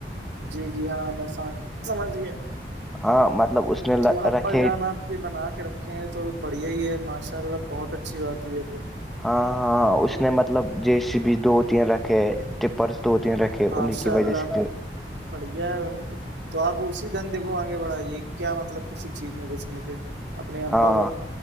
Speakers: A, on the right; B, in the centre.
A: جی جی ہاں میں س سمجھ گیا
B: ہاں مطلب اس نے
A: تو ابا
B: رکھے
A: جان آپ کے بنا کے رکھے ہیں تو بڑھیا ہی ہے ماشاء اللہ بہت اچھی بات ہے یہ تو
B: ہاں ہاں ہاں اس نے مطلب جی سی بی دو تین رکھے پرس دو تین رکھے
A: ماشاء
B: انیں کی وجہ
A: اللہ
B: سے جو
A: بڑھیا ہے ان کو تو آپ اسی دھندے کو آگے بڑھائیے کیا مطلب کسی چیز میں گھسنے سے اپنے ابا
B: ہاں
A: کو